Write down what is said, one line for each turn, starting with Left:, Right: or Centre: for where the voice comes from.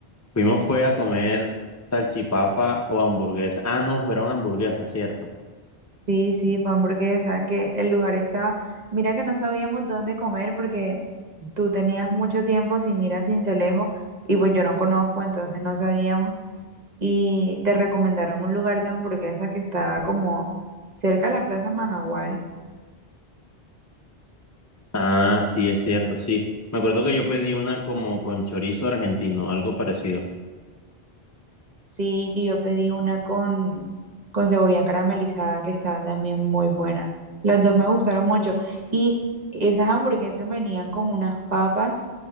Left: Fuimos fue a comer salchipapa o hamburguesa. Ah, no, fueron hamburguesas, ¿cierto?
Right: Sí, sí, fue hamburguesa, que el lugar estaba, mira que no sabíamos dónde comer porque tú tenías mucho tiempo sin ir a Cincelejo y pues yo no conozco, entonces no sabíamos y te recomendaron un lugar de hamburguesas que estaba como cerca de la Plaza Majagual
Left: Ah, sí, es cierto, sí. Me acuerdo que yo pedí una como con chorizo argentino, algo parecido.
Right: Sí, y yo pedí una con, con cebolla caramelizada que estaba también muy buena. Las dos me gustaron mucho. Y esas hamburguesas venían con unas papas